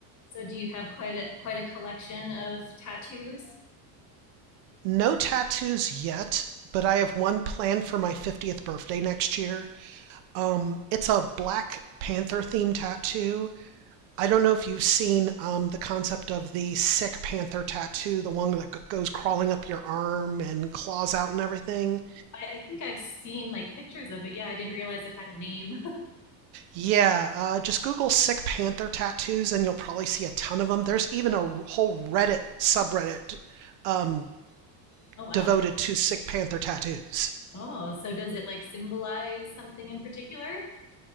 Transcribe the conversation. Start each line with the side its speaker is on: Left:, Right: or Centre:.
Left: So do you have quite a quite a collection of tattoos?
Right: No tattoos yet, but I have one planned for my 50th birthday next year. Um, it's a Black Panther themed tattoo. I don't know if you've seen um, the concept of the sick panther tattoo, the one that g- goes crawling up your arm and claws out and everything.
Left: I, I think I've seen like pictures of it. Yeah, I didn't realize it had a name. <laughs>
Right: Yeah, uh, just Google sick panther tattoos and you'll probably see a ton of them. There's even a r- whole Reddit subreddit um,
Left: Oh wow.
Right: devoted to sick panther tattoos.
Left: Oh, so does it like symbolize something in particular?